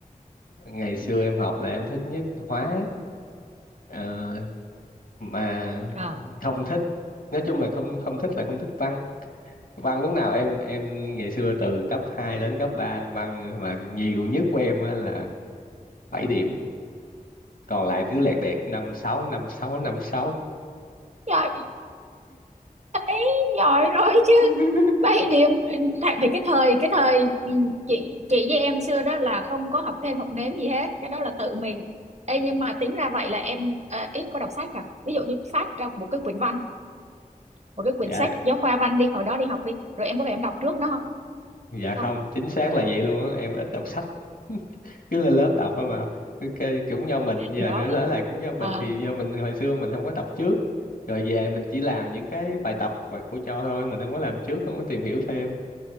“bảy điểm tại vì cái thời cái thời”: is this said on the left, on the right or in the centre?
Right